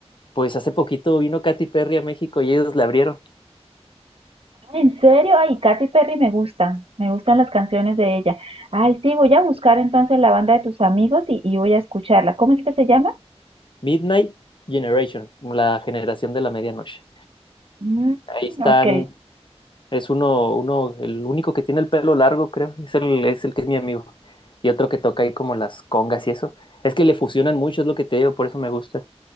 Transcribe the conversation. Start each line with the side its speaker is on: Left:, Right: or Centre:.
Left: pues hace poquito vino Katy Perry a México y ellos le abrieron.
Right: En serio, ay, Katy Perry me gusta, me gustan las canciones de ella. Ay, sí, voy a buscar entonces la banda de tus amigos y, y voy a escucharla. ¿Cómo es que se llama?
Left: Midnight Generation, la generación de la medianoche.
Right: Mm,
Left: Ahí están
Right: ok,
Left: Es uno, uno, el único que tiene el pelo largo, creo, es el, es el que es mi amigo. Y otro que toca ahí como las congas y eso. Es que le fusionan mucho, es lo que te digo, por eso me gusta.